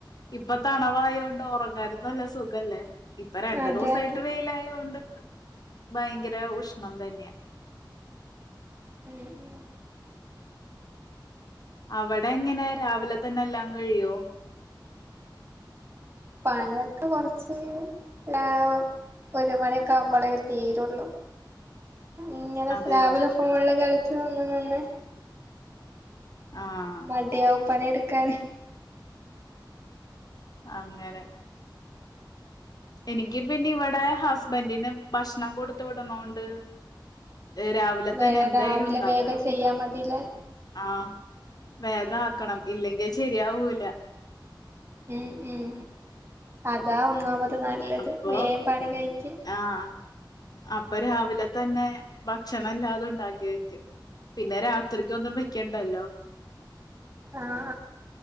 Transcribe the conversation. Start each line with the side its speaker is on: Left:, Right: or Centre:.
Left: ഇപ്പൊ തണവായോണ്ട് ഒറങ്ങാനും നല്ല സുഖല്ലേ ഇപ്പൊ രണ്ട്
Right: അതെ
Left: ദിവസായിട്ട്
Right: അതെ
Left: വെയിലായോണ്ട് ഭയങ്കര ഉഷ്ണം തന്ന്യാ
Right: ഉം ഉം
Left: അവടെങ്ങെനെ രാവിലെ തന്നെ എല്ലാം കഴിയോ
Right: പണിയൊക്കെ കൊർച്ച് ലാവും ഒരു മണിക്കാമ്പളേ തീരൊള്ളൂ ഇങ്ങനെ
Left: അതെയോ
Right: സ്ലാവിലെ ഫോൺല് കളിച്ച് നിന്ന നിന്ന്
Left: ആഹ്
Right: മട്യാവും പണി എട്ക്കാന്
Left: അങ്ങനെ എനിക്ക് പിന്നിവിടെ ഹസ്ബൻഡിന് ഭക്ഷണം കൊടുത്ത് വിടണോണ്ട് ഏഹ് രാവിലെ
Right: വേ
Left: തന്നെ എന്തായാലുണ്ടാക്കണം
Right: രാവിലെ വേഗം ചെയ്യാ മതില്ലേ?
Left: ആഹ് വേഗാക്കണം ഇല്ലെങ്കി അഹ് ശരിയാവൂല
Right: ഉം ഉം അതാ ഒന്നാമത് നല്ലത്
Left: അപ്പൊ
Right: വേം പണി കഴിക്കാ
Left: ആഹ് അപ്പൊ രാവിലെ തന്നെ ഭക്ഷണെല്ലാതുണ്ടാക്കി വെക്കും പിന്നെ രാത്രിക്കൊന്നും വെക്കണ്ടല്ലോ
Right: ആഹ്